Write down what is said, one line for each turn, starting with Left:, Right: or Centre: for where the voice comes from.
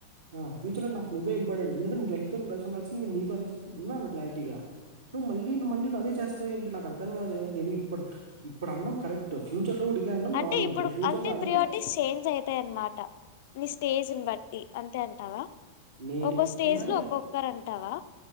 Right: ఆ ఫ్యూచర్ లో నాకువ్వే ఇపటెంట్ ఎందుకంటే లఫ్ టైం కలిసిం కలిసింది నే నీతో అని చెప్పిన్నాను క్లారిటీగా నువ్వు మళ్ళీ నువ్వు మళ్ళ అదే చేస్తావ్ ఏంటి నాకు అర్థం కాదు నేను ఇప్పుడు ఇప్పుడు అన్నం కరెక్ట్ ఫ్యూచర్ లో కూడా ఇదే అనడం
Left: అంటే
Right: రాంగ్
Left: ఇప్పుడు
Right: నేను ఫ్యూచర్
Left: అంతే
Right: లో అంటే
Left: త్ర్రియారిటీస్ చేంజ్ అవుతాయన్నమాట నీ స్టేజ్ని బట్టి అంతే అంటావా
Right: నేను
Left: ఒక్కొ స్టేజ్
Right: నేను అదే
Left: లో ఒక్కొక్కరు అంటావా